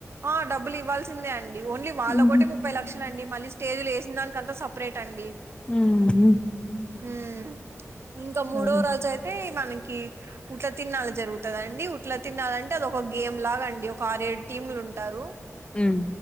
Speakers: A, on the right (about 50°); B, on the left (about 20°).
A: ఆ డబ్బులు ఇవ్వాల్సిందే అండి ఇది ఓన్లీ వాళ్ళకొకటే
B: హుహు
A: ముప్పై లక్షలండి మళ్ళీ స్టేజ్లు వేసినదానికంతా సపరేట్ అండి
B: మ్మ్ హ్మ్
A: మ్మ్ ఇంకా
B: సరే
A: మూడోరోజయితే మనకి ఉట్ల తీర్ణాలు జరుగుతదండి ఉట్లా తీర్నాలంటే అద ఒక గేమ్ లాగా అండి ఒక ఆరు ఏడు టీములుంటారు
B: మ్మ్